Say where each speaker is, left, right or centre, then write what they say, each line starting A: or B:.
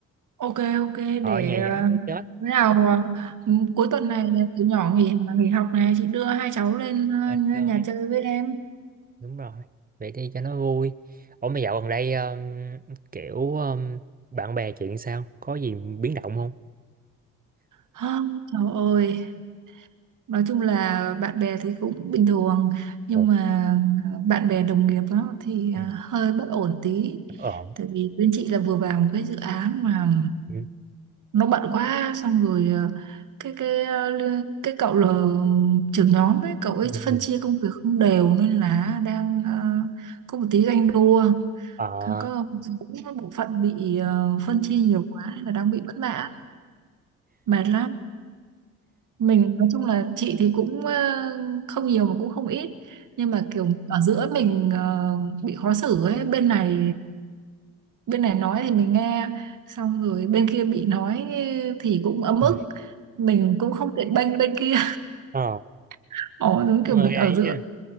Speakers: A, on the right; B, on the right.
A: Ok, ok,
B: ở
A: để
B: nhà
A: ờ,
B: vắng muốn chết,
A: bữa nào ờ, ừ, cuối tuần này tụi nhỏ nghỉ nghỉ học này, chị đưa hai cháu lên ờ,
B: lên chơi.
A: nhà chơi với em.
B: Đúng rồi, vậy đi cho nó vui. Ủa mà dạo gần đây um, kiểu um, bạn bè chuyện sao? Có gì biến động không?
A: Hơ, trời ơi, nói chung là bạn bè thì cũng bình thường, nhưng
B: Ổn.
A: mà ờ, bạn bè đồng nghiệp đó thì ờ,
B: Ừ,
A: hơi bất ổn tí.
B: ổn.
A: Tại vì bên chị là vừa vào một cái dự án mà
B: Ừ.
A: nó bận quá xong rồi ờ, cái cái ờ, li- cái cậu là trưởng nhóm ấy cậu ấy
B: Ừ.
A: phân chia công việc không đều nên là đang ờ, có một tí ganh đua
B: Ờ.
A: có có một bộ phận bị ờ, phân chia nhiều quá nên là đang bị bất mãn mệt lắm mình nói chung là chị thì cũng ờ, không nhiều mà cũng không ít nhưng mà kiểu ở giữa mình ờ, bị khó xử ấy bên này bên này nói thì mình nghe xong rồi bên kia bị nói thì cũng ấm
B: Ừ.
A: ức mình cũng không tiện bênh bên kia
B: Ờ.
A: <laughs> ồ đúng kiểu
B: người
A: mình ở
B: ấy
A: giữa
B: nha